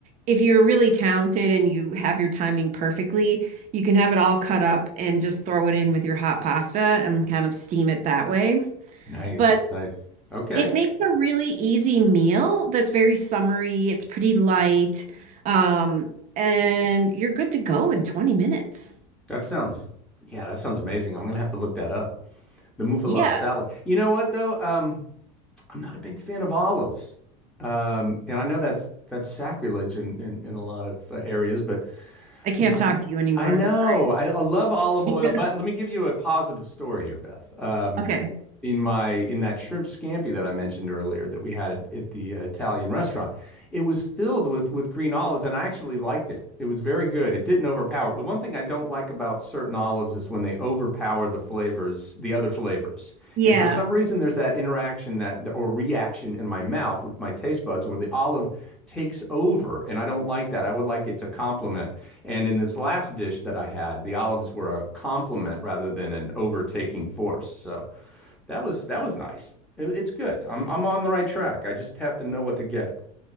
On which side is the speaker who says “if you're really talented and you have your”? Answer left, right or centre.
Right